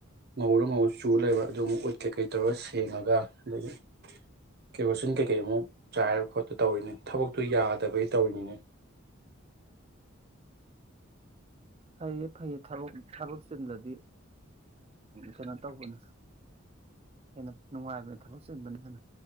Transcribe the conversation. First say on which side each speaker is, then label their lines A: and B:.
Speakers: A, on the right (about 50°); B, on the right (about 30°).
A: ꯉꯍꯧꯔ ꯉꯧꯍꯧ ꯂꯩꯕꯨ ꯀꯩꯀꯩ ꯇꯧꯔ ꯁꯦꯡꯉꯒ ꯑꯗꯒꯤ ꯀꯦꯔꯣꯁꯤꯟ ꯀꯩꯀꯩ ꯑꯃꯨꯛ ꯆꯥꯏꯔ ꯈꯣꯠꯠꯇ ꯇꯧꯔꯤꯅꯤ ꯊꯕꯛꯇꯨ ꯌꯥꯗꯕꯒꯤ ꯇꯧꯔꯤꯅꯤꯅꯦ
B: ꯐꯩꯌꯦ ꯐꯩꯌꯦ ꯊꯕꯛ ꯊꯕꯛ ꯆꯤꯟꯂꯗꯤ ꯀꯩꯅꯣ ꯇꯧꯕꯅꯦ ꯍꯦꯟꯅ ꯅꯨꯡꯉꯥꯏꯕꯅꯦ ꯊꯕꯛ ꯆꯤꯟꯕꯅ ꯍꯦꯟꯅ